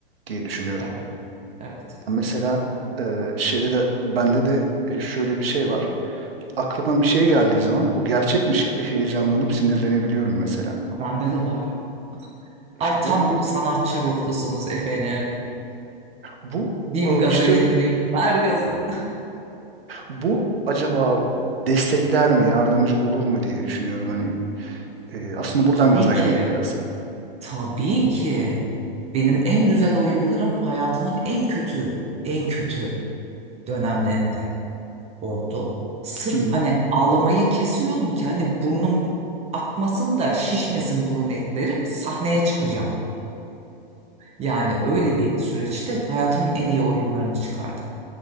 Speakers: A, on the right (about 80°); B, on the right (about 20°).
A: diye düşünüyorum.
B: Evet, evet.
A: Yani mesela e, şeyde de bende de e, şöyle bir şey var. Aklıma bir şey geldiği zaman o gerçekmiş gibi heyecanlanıp sinirlenebiliyorum mesela.
B: Bende de var.
A: İşte
B: Ay tam
A: bu
B: bir sanatçı ruhlusunuz efendim.
A: bu
B: Diyeyim
A: e,
B: gaza
A: işte
B: getireyim. Ver gazı.
A: Bu acaba destekler mi, yardımcı olur mu diye düşünüyorum. Hani e, aslında
B: <laughs>
A: buradan
B: Tabii
A: gaza
B: ki.
A: geldim biraz.
B: Tabii ki. Benim en güzel oyunlarım hayatımın en kötü, en kötü dönemlerinde. oldu. Sırf
A: Hı hı.
B: hani ağlamayı kesiyordum ki hani burnum akmasın da şişmesin burun etlerim sahneye çıkacağım. Yani öyle bir süreçte hayatımın en iyi oyunlarını çıkardım.